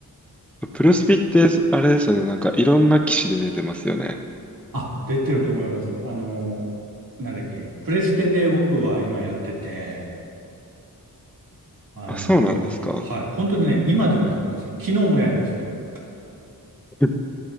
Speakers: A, in the centre; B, on the right.
A: プロスピって、あれですよね。なんか、いろんな機種で出てますよね。
B: あ、出てると思います。あの、なんだっけ、プレステで僕は今やってて、あの、
A: あ、そうなんですか。
B: もう、はい、本当にね、今でもやってますよ。昨日もやりましたよ。
A: <laughs>